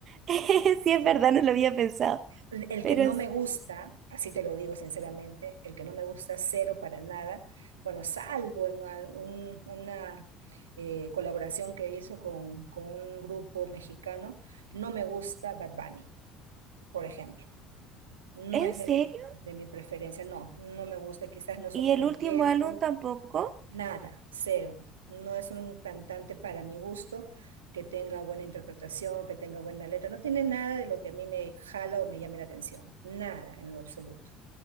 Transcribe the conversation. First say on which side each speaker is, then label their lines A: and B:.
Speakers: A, on the right; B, on the right.
A: <laughs>
B: Sí.
A: Sí, es verdad, no lo había pensado.
B: El el
A: Pero,
B: que no me gusta, así te lo digo sinceramente, el que no me gusta cero para nada, bueno, salvo en algún- una eh, colaboración que hizo con, con un grupo mexicano, no me gusta Bad Bunny, por ejemplo. No
A: ¿en
B: es
A: serio?
B: de mi, de mi preferencia, no, no me gusta, quizás no somos
A: ¿Y el
B: del
A: último
B: tiempo.
A: álbum tampoco?
B: Nada, cero. No es un cantante para mi gusto que tenga buena interpretación, que tenga buena letra. No tiene nada de lo que a mí me jala o me llame la atención. Nada en lo absoluto.